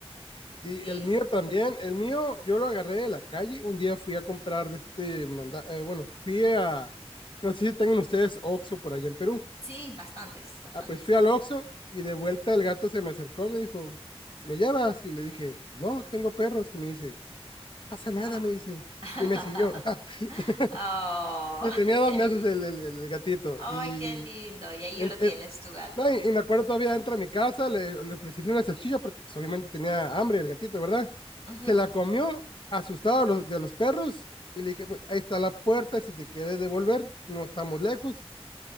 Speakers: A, on the left (about 50°); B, on the left (about 65°).
A: Sí,
B: Sí,
A: el mío también, el mío yo lo agarré de la calle, un día fui a comprar de este, manda eh, bueno, fui a, no sé si tengan ustedes Oxxo por allá en Perú,
B: sí, bastantes, bastantes.
A: ah, pues fui
B: <laughs>
A: al Oxxo y de vuelta el gato se me acercó, me dijo, ¿me llevas? Y le dije, no, tengo perros, y me dice, no pasa nada,
B: Ah.
A: me dice,
B: <laughs>
A: y me siguió. <laughs>
B: Oh,
A: Sí,
B: <laughs>
A: tenía
B: qué
A: dos
B: lindo.
A: meses el, el- el gatito.
B: Ay,
A: Y,
B: qué lindo. Y ahí
A: en-
B: lo tienes,
A: en-
B: tu gato.
A: no, y, y me acuerdo todavía entra a mi casa, le, le ofrecí una salchicha porque pues, obviamente tenía hambre el gatito, ¿verdad?
B: Ujú.
A: Se la comió, asustado de los, de los perros, y le dije, "Bueno, ahí está la puerta, si te quieres devolver, no estamos lejos.